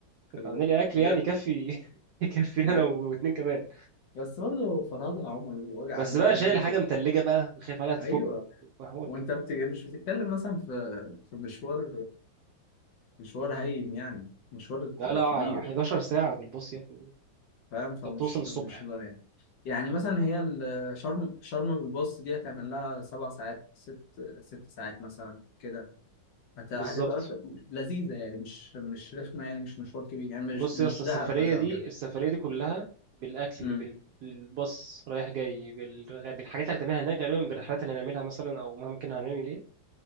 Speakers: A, on the left; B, on the right.
A: خلي
B: كانت عامله
A: بالك.
B: لي اكل
A: بجد
B: يعني يكفي <laughs> يكفينا
A: بجد
B: انا واتنين كمان
A: بس برضه فرهدة يا عمر وجع
B: بس
A: قلبي
B: بقى
A: يعني
B: شايل
A: إن انت
B: حاجه متلجه بقى وخايف عليها تفك
A: ايوه
B: حوار
A: وانت بت... مش بتتكلم مثلا في في مشوار مشوار هين يعني مشوار
B: لا لا
A: كبير
B: 11 ساعة بالبص يا ابني
A: فاهم
B: انت
A: فمش
B: بتوصل الصبح
A: مش هزار يعني يعني مثلا هي ال- شرم شرم بالباص دي هتعمل لها سبع ساعات ست ست ساعات مثلا كده هت-
B: بالظبط
A: هتبقى ف- لذيذة يعني مش مش رخمة يعني مش مشوار كبير يعني مش
B: بص
A: مش
B: يا اسطى السفرية
A: دهب مثلا
B: دي
A: أو كده
B: السفرية دي كلها بالأكل
A: امم
B: بال- بالباص رايح جاي بالرغ... بالحاجات اللي هتعملها هناك غالبا بالرحلات اللي هنعملها مثلا أو مهما كنا هنعمل ايه